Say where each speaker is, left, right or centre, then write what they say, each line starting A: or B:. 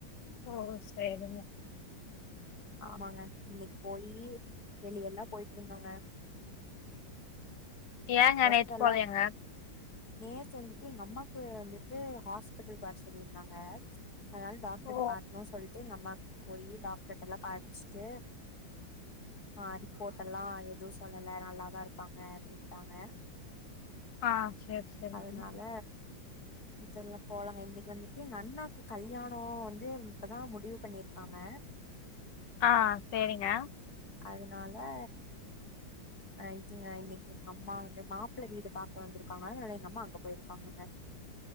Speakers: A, on the left (about 65°); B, on the left (about 50°).
A: ஓ செரிங்க
B: ஆமாங்க இன்னைக்கு போயி வெளியெல்லா போயிட்டு வந்தோங்க
A: ஏங்க
B: ட்ரெஸ்ஸெல்லா
A: நேத்து போலயாங்க
B: நேத்து வந்துட்டு எங்கஅம்மாக்கு வந்துட்டு ஹாஸ்பிட்டலுக்கு வர சொல்லிருந்தாங்க அதனால டாக்டர்ட்ட
A: ஓ
B: காட்டணுனு சொல்ட்டு எங்க அம்மாக்கு போயி டாக்டர்ட்டல்லா காமிச்ட்டு ஆ ரிப்போர்டல்லா எது சொல்லல நல்லாதா இருக்காங்க அப்டின்ட்டாங்க
A: ஆ சேரி சேரிங்க
B: அதனால சொல்ல போலங்க இன்னைக்கு வந்துட்டு எங்க அண்ணாக்கு கல்யாணோ வந்து இப்பதா முடிவு பண்ணிருக்காங்க
A: ஆ சேரிங்க
B: அதனால அ இதுங்க இன்னிக்கு எங்க அம்மா வந்து மாப்ள வீடு பாக்க வந்திருக்காங்க அதனால எங்கம்மா அங்க போயிருக்காங்கங்க